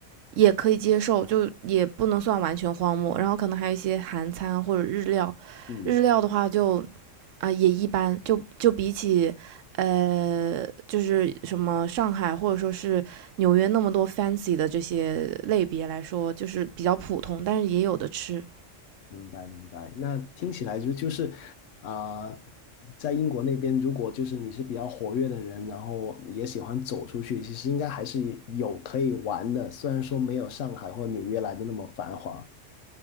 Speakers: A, on the right; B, on the left.
A: 也可以接受，就也不能算完全荒漠。然后可能还有一些韩餐或者日料，
B: 嗯
A: 日料的话就啊、呃也一般，就就比起呃就是什么上海或者说是纽约那么多 fancy 的这些类别来说，就是比较普通，但是也有的吃。
B: 明白明白，那听起来就就是啊、呃在英国那边，如果就是你是比较活跃的人，然后也喜欢走出去，其实应该还是有可以玩的，虽然说没有上海或纽约来的那么繁华。